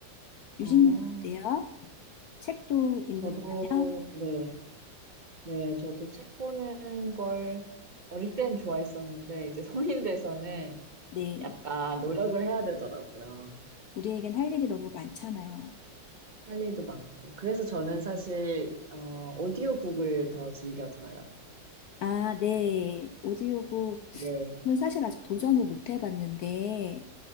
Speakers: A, on the left (about 70°); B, on the right (about 30°).
A: 유진님
B: 어,
A: 어때요? 책도 읽으시나요?
B: 저도, 네. 네, 저도 책 보는 걸 어릴 땐 좋아했었는데, 이제 성인 돼서는
A: 네.
B: 약간 노력을 해야 되더라고요.
A: 우리에겐 할 일이 너무 많잖아요.
B: 할 일도 많고. 그래서 저는 사실, 어, 오디오북을 더 즐겨 들어요.
A: 아, 네. 오디오북은
B: 네.
A: 사실 아직 도전을 못 해봤는데,